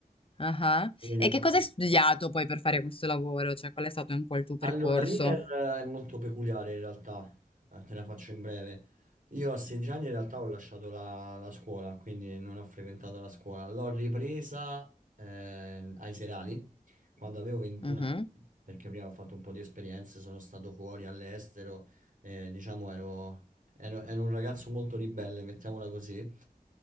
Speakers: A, on the left; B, on the right.
A: Ah-ah.
B: Io gli
A: E
B: ho fatto
A: che cosa hai studiato poi per fare questo lavoro? Cioè, qual è stato un po' il tuo percorso?
B: Allora, l'iter è molto peculiare in realtà, eh, te la faccio in breve. Io a 16 anni in realtà ho lasciato la, la scuola, quindi non ho frequentato la scuola. L'ho ripresa eh, ai serali quando avevo 21
A: Mh-mh.
B: anni, perché prima ho fatto un po' di esperienze, sono stato fuori all'estero, eh, diciamo ero, ero ero un ragazzo molto ribelle, mettiamola così.